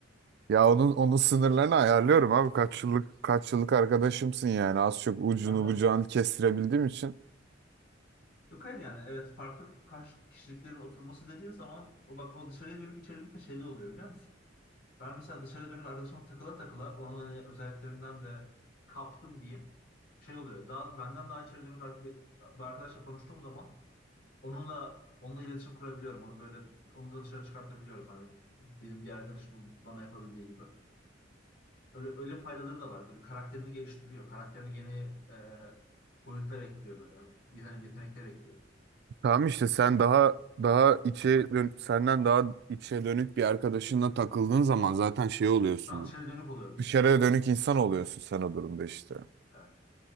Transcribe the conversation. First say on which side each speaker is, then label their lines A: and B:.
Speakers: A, on the right; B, on the left.
A: Ya onun onun sınırlarını ayarlıyorum abi. Kaç yıllık kaç yıllık arkadaşımsın yani. Az çok
B: <laughs>
A: ucunu
B: Tamam.
A: bucağını kestirebildiğim için.
B: Yok hayır yani evet farklı karşı kişiliklerin oturması dediğin zaman o bak o dışarıya dönük içerilik de şeyde oluyor biliyor musun? Ben mesela dışarıya dönük arkadaşıma takıla takıla onun hani özelliklerinden de kaptım diyeyim. Şey oluyor daha benden daha içeri dönük ar- bir, bir arkadaşla konuştuğum zaman onunla onunla iletişim kurabiliyorum. Onu böyle onu da dışarı çıkartabiliyorum. Hani benim diğer arkadaşımın bana yapabildiği gibi. Öyle öyle faydaları da var. Böyle karakterini geliştiriyor. Karakterini yeni e, boyutlar ekliyor böyle. Yetenek, yetenekler ekliyor.
A: Tamam işte sen daha daha içe dön- senden daha içe dönük bir arkadaşınla takıldığın zaman zaten şey oluyorsun.
B: Ben dışarı dönük oluyorum işte.
A: Dışarıya dönük insan oluyorsun sen o durumda işte.
B: Evet.